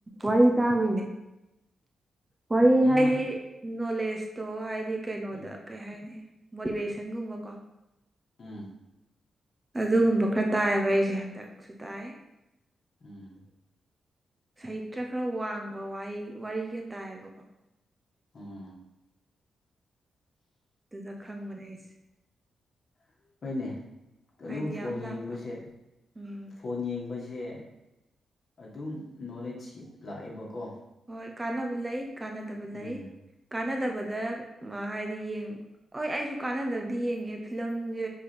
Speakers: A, on the right (about 20°); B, on the left (about 50°).
A: ꯋꯥꯔꯤ ꯇꯅꯦ ꯋꯥꯔꯤ
B: ꯎꯝ
A: ꯍꯥꯏꯗꯤ
B: ꯅꯪ
A: ꯅꯣꯂꯦꯖꯇꯣ ꯍꯥꯏꯗꯤ ꯀꯩꯅꯣꯗ
B: ꯎꯝ
A: ꯀꯩ ꯍꯥꯏꯅꯤ ꯃꯣꯇꯤꯚꯦꯁꯟꯒꯨꯝꯕꯀꯣ
B: ꯎꯝ
A: ꯑꯗꯨꯒꯨꯝꯕ ꯈꯔ ꯇꯥꯏꯑꯕ ꯑꯩꯁꯦ ꯍꯟꯗꯛꯁꯨ ꯇꯥꯏ
B: ꯎꯝ
A: ꯁꯍꯤꯇ꯭ꯔ ꯈꯔ ꯋꯥꯡꯕ ꯋꯥꯍꯩ ꯋꯥꯔꯤꯒ ꯇꯥꯏꯌꯦꯕꯀꯣ
B: ꯑꯣ
A: ꯑꯗꯨꯗ ꯈꯪꯕꯅꯦ ꯑꯩꯁꯦ
B: ꯍꯈꯣꯏꯅꯦ ꯑꯗꯨꯝ
A: ꯑꯥꯏꯗꯤꯌꯥ
B: ꯐꯣꯟ
A: ꯑꯃ ꯂꯥꯛꯄ
B: ꯌꯦꯡꯕꯁꯦ
A: ꯎꯝ
B: ꯐꯣꯟ ꯌꯦꯡꯕꯁꯦ ꯁꯦ ꯑꯗꯨꯝ ꯅꯣꯂꯦꯖ ꯂꯥꯛꯑꯦꯕꯀꯣ
A: ꯍꯣꯏ ꯀꯥꯟꯅꯕ ꯂꯩ ꯀꯥꯟꯅꯗꯕ ꯂꯩ
B: ꯎꯝ
A: ꯀꯥꯟꯅꯗꯕꯗ ꯍꯥꯏꯗꯤ ꯌꯦꯡ ꯍꯣꯏ ꯑꯩꯁꯨ ꯀꯥꯟꯅꯗꯕꯗꯤ ꯌꯦꯡꯉꯦ ꯐꯤꯂꯝꯁꯦ